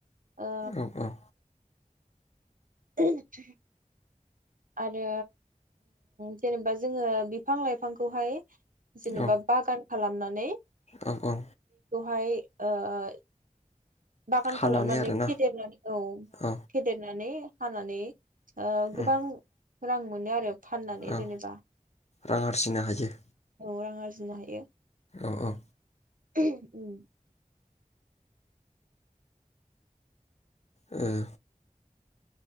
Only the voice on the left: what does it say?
औ औ।
औ
औ औ
हानानै
आरोना
औ
उम
औ
रां आरजिनो हायो।
औ औ।
उम।